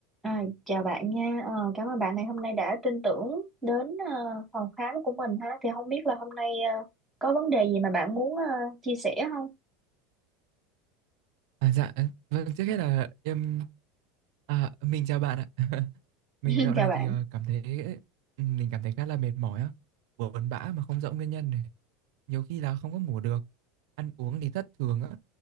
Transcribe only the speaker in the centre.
À, chào bạn nha, Ờ, cảm ơn bạn ngày hôm nay đã tin tưởng đến ờ, phòng khám của mình ha. Thì không biết là hôm nay ờ, có vấn đề gì mà bạn muốn ờ, chia sẻ không?
<laughs>
Chào bạn.